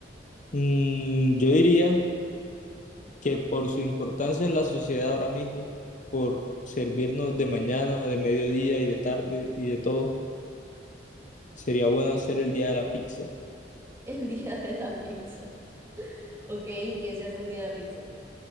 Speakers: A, on the left (about 45°); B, on the right (about 15°).
A: Mm, yo diría que por su importancia en la sociedad ahora mismo, por servirnos de mañana, de mediodía y de tarde y de todo, sería bueno hacer el día de la pizza.
B: <laughs> El día de la pizza. Ok, ¿y qué se hace el día de la pizza?